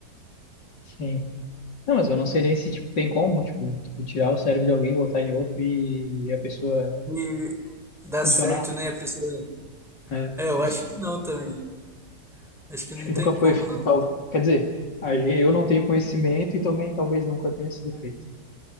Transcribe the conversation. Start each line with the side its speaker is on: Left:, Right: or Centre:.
Left: Sim. Não, mas eu não sei nem se tipo, tem como, tipo, tu tirar o cérebro de alguém, botar em outro e a pessoa
Centre: E dá
Left: funcionar,
Centre: certo, né? A pessoa.
Left: né?
Centre: É, eu
Left: Não
Centre: acho
Left: sei.
Centre: que não também. Acho que
Left: Acho
Centre: não
Left: que
Centre: tem
Left: nunca foi
Centre: como, não.
Left: tal. Quer dizer, a gen- eu não tenho conhecimento e também talvez nunca tenha sido feito.